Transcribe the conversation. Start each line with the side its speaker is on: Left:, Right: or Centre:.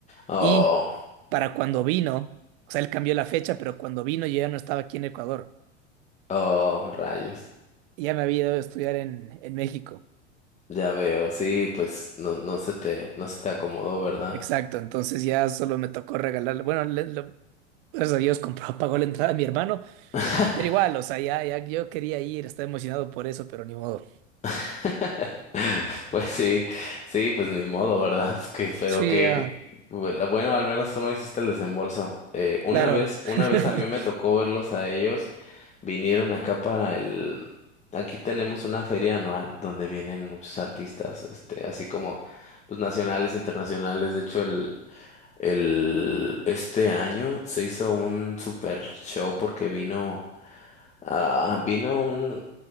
Left: Oh,
Right: Y para cuando vino, o sea, él cambió la fecha, pero cuando vino yo ya no estaba aquí en Ecuador.
Left: oh, rayos.
Right: Y Ya me había ido a estudiar en, en México.
Left: Ya veo, sí, pues no, no se te, no se te acomodó, ¿verdad?
Right: Exacto, entonces ya solo me tocó regalarle. Bueno, le- lo- gracias a Dios compró, <laughs> pagó la entrada a mi hermano,
Left: <laughs>
Right: pero igual, o sea, ya, ya yo quería ir, estaba emocionado por eso, pero ni modo.
Left: <laughs> Pues sí, sí, pues ni modo, ¿verdad? <laughs> Que, pero
Right: Sí,
Left: que,
Right: ya,
Left: bueno, bueno, al menos tú no hiciste el desembolso. Eh, una
Right: claro.
Left: vez, una vez
Right: <laughs>
Left: a mí me tocó verlos a ellos, vinieron acá para el, aquí tenemos una feria anual donde vienen muchos artistas, este, así como, pues nacionales, internacionales. De hecho, el, el, este año se hizo un super show porque vino Ah, vino un,